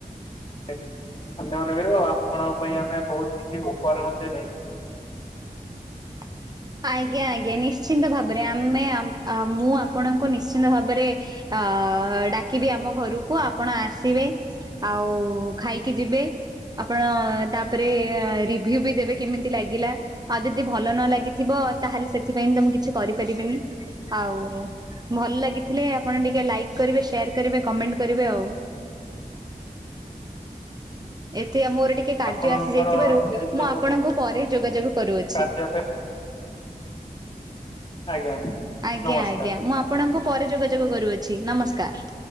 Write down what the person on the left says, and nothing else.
ଧନ୍ୟ ମନେ କରିବୁ। ଆପଣଙ୍କ ପାଇଁ ଆମେ ବୋହୁତ କିଛି ଉପହାର ମଧ୍ୟ ନେଇଥିବୁ।
ଆପଣଙ୍କର
ଏଇ ସବୁ
କାର୍ଯ୍ୟ ପାଇଁ ଆଜ୍ଞା।
ନମସ୍କାର।